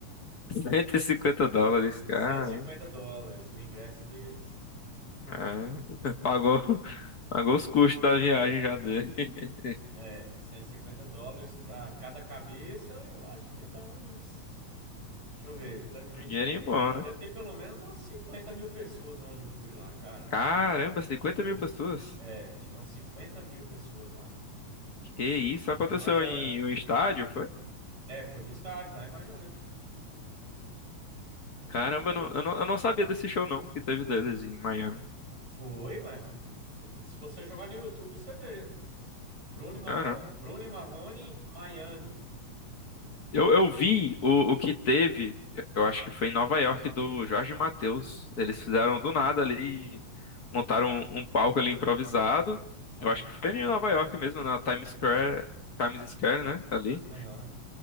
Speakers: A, on the left; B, on the right.
A: cento e cinquenta dólares, cara.
B: Cento e cinquenta dólares o ingresso deles.
A: É. <laughs> Pagou, pagou os custos da viagem já dele. <laughs>
B: É, 150 dólares para cada cabeça, eu acho que ia dar uns Deixa eu ver, o tanto de gente
A: Um dinheirinho
B: que tinha
A: bom,
B: ali, devia
A: né?
B: ter pelo menos umas 50 mil pessoas onde eu fui lá, cara.
A: Caramba,
B: Porque,
A: 50 mil pessoas.
B: é, tinha umas 50 mil pessoas lá, cara.
A: Que isso? Aconteceu
B: Em Miami.
A: em um estádio, foi?
B: É, foi no estádio, lá em Miami.
A: Caramba,
B: Foi.
A: eu não, eu não, eu não sabia desse show não que teve deles em Miami.
B: Foi, mas foi. Se você jogar no YouTube, você vê. Bruno Marrone,
A: Caramba.
B: Bruno e Marrone, Miami.
A: Eu, eu vi o, o que teve, eu acho que foi em Nova York, do Jorge Mateus. Eles fizeram do nada ali, montaram um, um palco ali improvisado.
B: Ah,
A: Eu acho que foi em Nova York mesmo, na Times Square, Times Square, né? Ali.
B: aham.